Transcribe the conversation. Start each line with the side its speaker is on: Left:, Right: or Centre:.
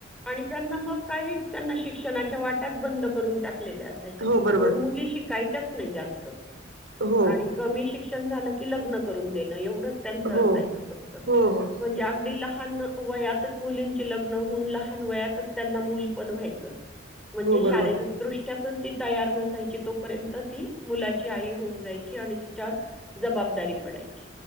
Centre: आणि त्यांना मग काही त्यांना शिक्षणाच्या वाट्याच बंद करून टाक टाकलेल्या असायच्या
Right: हो,
Centre: त्याच्यामुळे
Right: बरोबर.
Centre: मुली शिक कायच्याच नाही जास्त?
Right: हो,
Centre: आणि कमी शिक शिक्षण झालं की लग्न करून देणे. येवढच त्यांच
Right: हो,
Centre: असायचं फक्त.
Right: हो, हो.
Centre: म्हणजे अगदी लहान वयातच मुलीं जे लग्न होऊन. लहान वयातच त्यांना मूल पण व्हायचं. म्हणजे
Right: हो,
Centre: शारीरदृष्ट्या
Right: बरोबर.
Centre: पण ती तयार नसायची? तो पर्यंत ती मुलाची आई होऊन जायची. आणि तिच्यावर जबाबदारी पडायची.